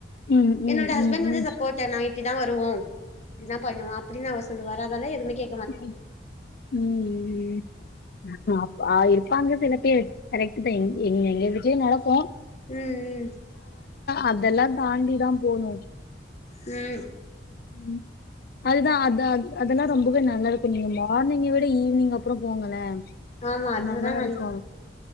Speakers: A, on the left; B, on the left.
A: ம் ம்
B: என்னோட
A: ம்
B: ஹஸ்பண்ட் வந்து
A: ம்
B: சப்போர்ட் நா இப் இப்டிதா வருவோ இப்டிதா பண்ணுவ அப்டின்னு அவர் சொல்லுவா ரா அதனால எதுமே கே
A: ம் ம் அப் ஆ இருப்பாங்க சில பேர் கரெக்ட் தா எங்க எங்க வீட்லயு நடக்கூ
B: ம் ம்
A: அதெல்லா தாண்டி தா போணும்
B: ம்
A: ம் அதுதா அது அதெல்லா ரொம்பவே நல்லா இருக்கு. நீங்க மார்னிங்கை விட ஈவினிங் அப்ற போங்களே
B: ஆமா அதுதா
A: நல்லா
B: நல்ல
A: இருக்கு